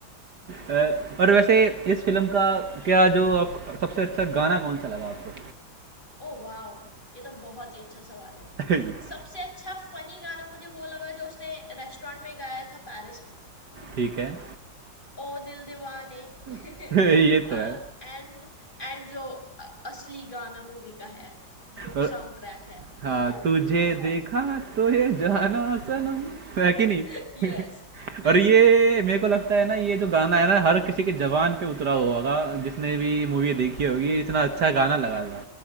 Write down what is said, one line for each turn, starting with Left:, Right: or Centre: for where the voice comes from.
Right: अ, और वैसे इस फिल्म का क्या जो आप सबसे अच्छा गाना कौन सा लगा आपको
Left: ओ वाओ ये तो बहुत ही अच्छा सवाल है
Right: <laughs>
Left: सबसे अच्छा फनी गाना मुझे वो लगा जो उसने रेस्टोरेंट में गाया था पेरिस में
Right: ठीक है
Left: ओ दिल दीवाने
Right: <laughs> ये
Left: <laughs>
Right: तो
Left: एंड
Right: है
Left: एंड जो अ- असली गाना मूवी का है जो
Right: और
Left: साउंड ट्रैक है
Right: हाँ
Left: वो
Right: तुझे
Left: बहुत
Right: देखा
Left: ही
Right: तो ये जाना सनम है कि नहीं
Left: <laughs> यस yes,
Right: <laughs>
Left: बिल्कुल
Right: और ये मेरे को लगता है ना ये जो गाना है ना हर किसी के जबान पे उतरा हुआ होगा जिसने भी मूवी देखी होगी ये इतना अच्छा गाना लगा था